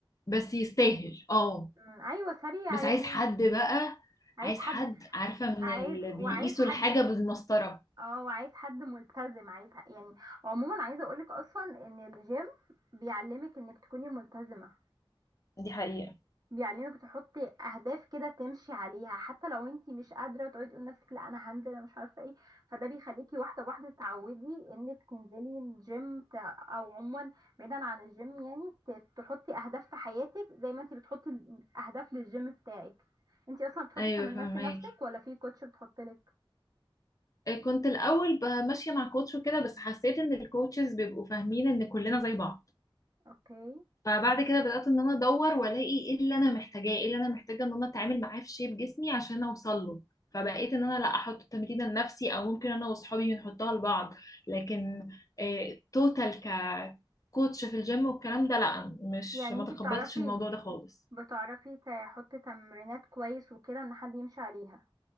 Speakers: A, on the left (about 40°); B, on the right (about 40°).
A: بس يستاهل اه
B: أمم، ايوه سريع
A: بس
B: يعني
A: عايز حد بقى
B: عايز
A: عايز
B: حد
A: حد عارفة
B: عايز
A: من اللي
B: وعايز
A: بيقيسوا
B: حد
A: الحاجة بالمسطرة
B: اه وعايز حد ملتزم عايز يعني عموما عايزه اقولك اصلا ان الجيم بيعلمك انك تكوني ملتزمه
A: دي حقيقة
B: بيعلمك تحطي اهداف كده تمشي عليها حتى لو انت مش قادره تقعدي تقولي لنفسك لا انا هنزل انا مش عارفه ايه فده بيخليكي واحده بواحده تعودي انك تنزلي الجيم تع- او عموما بعيدا عن الجيم يعني ت- تحطي اهداف في حياتك زي ما انت بتحطي ال- اهداف للجيم بتاعك انت اصلا بتحطي
A: ايوه
B: تمرينات
A: فهماكي
B: لنفسك ولا في كوتش بتحطلك
A: إيه، كنت الاول ب- ماشيه مع كوتش وكده بس حسيت ان الكوتشز بيبقوا فاهمين ان كلنا زي بعض
B: اوكي
A: فبعد كده بدأت ان انا ادور والاقي ايه اللي انا محتاجاه ايه اللي انا محتاجه ان انا اتعامل معاه في شيب جسمي عشان اوصل له فبقيت ان انا لا احط التمرين لنفسي او ممكن انا واصحابي بنحطها لبعض لكن إيه توتال ككوتش في الجيم والكلام ده لا مش
B: يعني
A: ما
B: انت
A: تقبلتش
B: بتعرفي
A: الموضوع ده خالص
B: بتعرفي تحطي تمرينات كويس وكده ان حد يمشي عليها